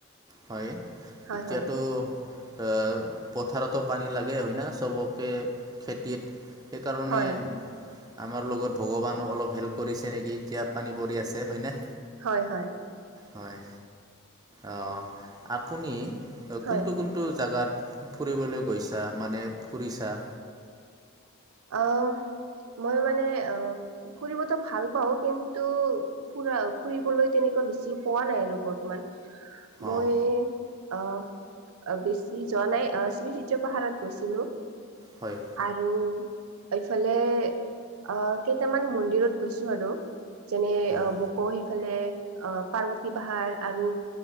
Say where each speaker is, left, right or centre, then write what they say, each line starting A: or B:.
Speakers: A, on the right; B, on the right.
A: হয়
B: হয়
A: এতিয়াতো
B: হয়
A: অহ পথাৰতো পানী লাগে হয় না চবকে খেতিত সেইকাৰণে
B: হয়
A: আমাৰ লগত ভগৱানো অলপ হেল্প কৰিছে নেকি এতিয়া পানী পৰি আছে হয়নে।
B: হয় হয়।
A: হয় অ আপুনি
B: হয়
A: কোনটো কোনটো জাগাত ফুৰিবলৈ গৈছা মানে ফুৰিছা?
B: অ মই মানে অ ফুৰিবতো ভাল পাও কিন্তু ফুৰা ফুৰিবলৈ তেনেক বেছি পোৱা নাই আৰু বৰ্তমান মই
A: অঁ
B: অহ অ বেছি যোৱা নাই অ শ্ৰীসূৰ্য পাহাৰত গৈছিলো।
A: হয়
B: আৰু এইফালে আহ কেইটামান মন্দিৰত গৈছো আৰু। যেনে
A: হয়
B: অ বকো সিফালে অ পাৰ্বতী পাহাৰ আৰু